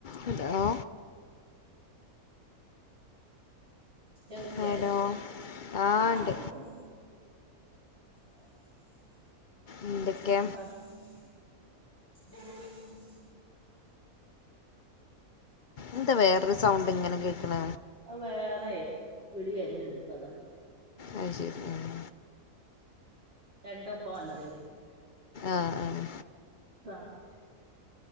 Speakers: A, on the left; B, on the right.
A: Hello
B: കേക്ക്ല്ലേ
A: hello ആ
B: ആഹ്
A: ഉണ്ട്
B: ആഹ് കേക്ക്ണ്ട് പ്പ
A: എന്തൊക്കെ എന്താ വേറൊരു സൗണ്ട് ഇങ്ങനെ കേക്ക്ണെ
B: അഹ് വേറെ വിളി വര്ന്ണ്ട് അതാണ്
A: ആഹ് ശരി ആഹ്
B: രണ്ടൊപ്പാ വന്നത്
A: ആഹ് ആഹ്
B: ആഹ്